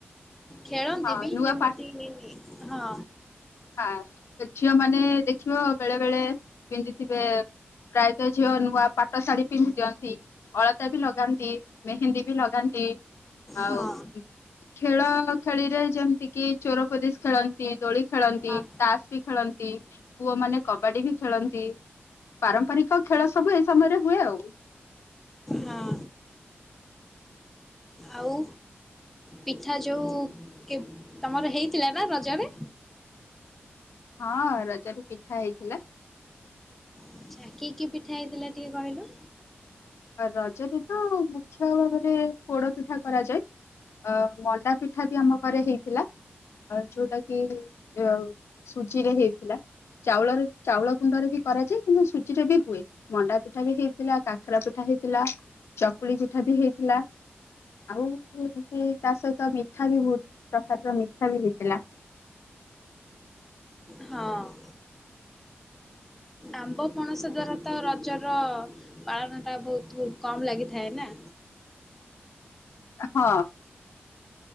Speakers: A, in the centre; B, on the left.
A: ଖେଳନ୍ତି
B: ହଁ
A: ବି
B: ନୂଆ
A: ଯେମିତିହି
B: ପାଠ
A: ହଁ।
B: ହଁ ଝିଅ ମାନେ ଦେଖିବ ବେଳେ ବେଳେ ପିନ୍ଧିଥିବେ। ପ୍ରାୟତଃ ଝିଅ ନୂଆ ପାଟ ଶାଢୀ ପିନ୍ଧି ଦିଅନ୍ତି। ଅଳତା ବି ଲଗାନ୍ତି। ମେହେନ୍ଦୀ ବି ଲଗାନ୍ତି। ଆଉ
A: ହଁ।
B: ଖେଳ ଖେଳିରେ ଯେମତି କି ଚୋରୋ ପୋଲିସ ଖେଳନ୍ତି। ଦୋଳି ଖେଳନ୍ତି
A: ହଁ
B: ତାସ ବି ଖେଳନ୍ତି। ପୁଅ ମାନେ କବାଡି ବି ଖେଳନ୍ତି। ପାରମ୍ପରିକ ଖେଳ ସବୁ ଏଇ ସମୟରେ ହୁଏ ଆଉ।
A: ହଁ ଆଉ। ପିଠା ଯୋଉ କେ ତମର ହେଇଥିଲା ନା ରଜରେ?
B: ହଁ ରଜରେ ପିଠା ହେଇଥିଲା।
A: ଆଛା କି କି ପିଠା ହେଇଥିଲା ଟିକେ କହିଲୁ।
B: ରଜରେ ତ ମୁଖ୍ୟ ଭାବରେ ପୋଡ ପିଠା କରାଯାଏ। ଅ ମଣ୍ଡା ପିଠା ବି ଆମ ଘରେ ହେଇଥିଲା। ଅ ଯୋଉଟା କି ଯୋଉ ସୂଚୀରେ ହେଇଥିଲା। ଚାଉଳରେ ଚାଉଳ କୁଣ୍ଡରେ ବି କରାଯାଏ। କିନ୍ତୁ ସୁଜିରେ ବି ହୁଏ। ମଣ୍ଡା ପିଠା ବି ହେଇଥିଲା। କାକରା ପିଠା ପିଠା ହେଇଥିଲା ଚକୁଳି ପିଠା ବି ହେଇଥିଲା। ଆଉ ଏମତି ତା ସହିତ ମିଠା ବି ବହୁତ ପ୍ରକାରର ମିଠା ବି ହେଇଥିଲା।
A: ହଁ। ଆମ୍ବ ପଣସ ଦ୍ଵାରା ତ ରଜର ପାଳନ ଟା ବହୁତ କମ ଲାଗିଥାଏ ନା।
B: ହଁ।